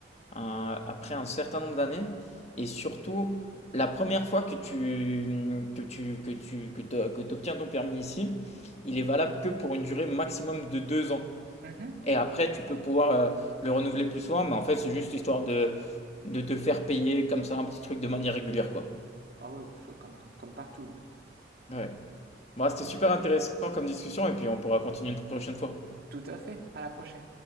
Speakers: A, on the left (about 35°); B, on the right (about 55°).
A: un- après un certain nombre d'années. Et surtout, la première fois que tu, que tu, que tu, que t'o- que t'obtiens ton permis ici, il est valable que pour une durée maximum de deux ans.
B: Mhm.
A: Et après, tu peux pouvoir euh, le renouveler plus souvent, mais en fait, c'est juste histoire de, de te faire payer comme ça un petit truc de manière régulière, quoi.
B: Ah ouais, je suis comme, comme partout. hein.
A: Ouais. Bah, c'était super intéressant comme discussion et puis on pourra continuer une prochaine fois.
B: Tout à fait. À la prochaine.